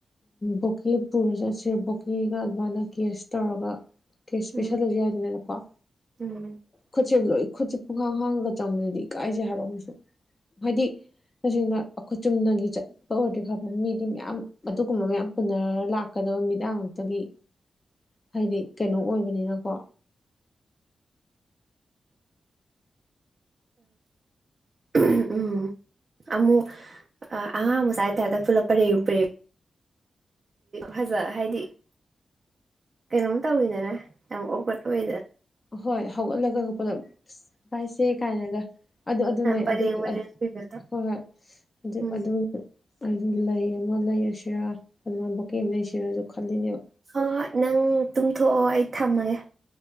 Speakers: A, on the left (about 30°); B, on the right (about 40°).
A: ꯕꯣꯀꯦ ꯄꯨꯔ ꯆꯠꯁꯦ ꯕꯣꯀꯦꯒ ꯑꯗꯨꯃꯥꯏꯅ ꯀꯦꯁ ꯇꯧꯔꯒ ꯀꯦꯁ
B: ꯎꯝ
A: ꯄꯁꯜꯂꯁꯨ ꯌꯥꯏꯗꯅꯅꯀꯣ ꯑ
B: ꯎꯝ
A: ꯈꯨꯠꯁꯦ ꯂꯣꯏ ꯈꯨꯠꯁꯦ ꯄꯨꯡꯈꯥꯡ ꯍꯥꯡꯉꯒ ꯆꯪꯕꯗꯗꯤ ꯏꯀꯥꯏꯁꯦ ꯍꯥꯏꯕ ꯑꯃꯁꯨ ꯍꯥꯏꯗꯤ ꯇꯁꯦꯡꯅ ꯑꯩꯈꯣꯏ ꯆꯨꯝꯅꯒꯤ ꯆꯠ ꯐ ꯑꯣꯏꯔꯗꯤ ꯐꯕ ꯃꯤꯗꯤ ꯃꯌꯥꯝ ꯑꯗꯨꯒꯨꯝꯕ ꯃꯌꯥꯝ ꯄꯨꯟꯅꯔꯒ ꯂꯥꯛꯀꯗꯕ ꯃꯤꯗꯥꯡ ꯉꯇꯒꯤ ꯍꯥꯏꯗꯤ ꯀꯩꯅꯣ ꯑꯣꯏꯕꯅꯤꯅꯀꯣ
B: ꯎꯝ ꯑꯃꯨꯛ ꯑꯉꯥꯡ ꯃꯁꯨ ꯍꯥꯏꯇꯥꯔꯦꯛꯇ ꯄꯨꯂꯞ ꯄꯔꯦꯨꯝ ꯄꯔꯦ ꯐꯖ ꯍꯥꯏꯗꯤ ꯀꯩꯅꯣꯝ ꯇꯧꯋꯤꯗꯅꯦ ꯌꯥꯝ ꯑꯣꯒꯠ ꯑꯣꯏꯗ
A: ꯍꯣꯏ ꯍꯧꯒꯠꯂꯒ ꯄꯨꯂꯞ ꯄꯥꯏꯁꯦ ꯀꯥꯏꯅꯒ ꯑꯗꯨ ꯑꯗꯨꯅꯦ
B: ꯄꯔꯦꯡ
A: ꯑꯗꯨꯗꯤ
B: ꯄꯔꯦꯡ ꯄꯤꯕꯗꯣ
A: ꯍꯣꯏ ꯍꯣꯏ ꯑꯗꯨ
B: ꯎꯝ
A: ꯑꯗꯨ ꯑꯩ ꯂꯩꯃꯣ ꯂꯩꯔ ꯁꯤꯔꯥ ꯑꯗꯨꯅ ꯕꯨꯣꯀꯦ ꯑꯃ ꯂꯩꯁꯤꯔꯁꯨ ꯈꯜꯂꯤꯅꯦꯕ
B: ꯍꯣꯏ ꯅꯪ ꯇꯨꯝꯊꯣꯛꯑꯣ ꯑꯩ ꯊꯝꯃꯒꯦ